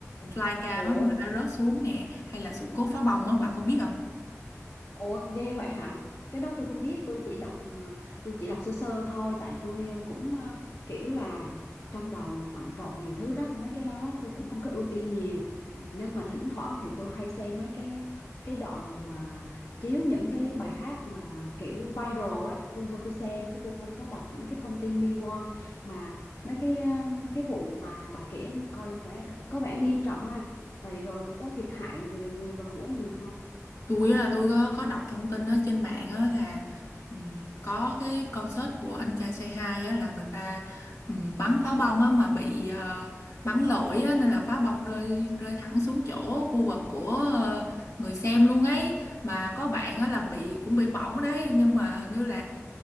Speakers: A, on the left; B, on the left.
A: flycam
B: ủa,
A: á mà đã rớt xuống nè hay là sự cố phá bông á bà có biết không
B: ủa ghê vậy hả? Cái đó tôi không biết, tôi chỉ đọc ờ, tôi chỉ đọc sơ sơ thôi tại tôi ờ, cũng ờ, kiểu là trong đầu bận rộn nhiều thứ lắm, mấy cái đó tôi cũng không có ưu tiên nhiều. Nhưng mà thỉnh thoảng thì tôi hay xem mấy cái cái đoạn mà chiếu những cái bài hát mà kiểu viral á, tôi vô tôi xem chứ tôi không có đọc những cái thông tin liên quan mà mấy cái ờ, cái vụ mà bà kể coi vẻ có vẻ nghiêm trọng ha. Vậy rồi có thiệt hại về người và của nhiều không?
A: tôi á là tôi có, có đọc thông tin ở trên mạng á là ừm, có cái concert của anh trai Say Hi á là người ta ừm, bắn pháo bông á mà bị ờ, bắn lỗi á nên là pháo bông rơi rơi thẳng xuống chỗ khu vực của ờ, người xem luôn ấy mà có bạn á là bị cũng bị bỏng đấy nhưng mà hình như là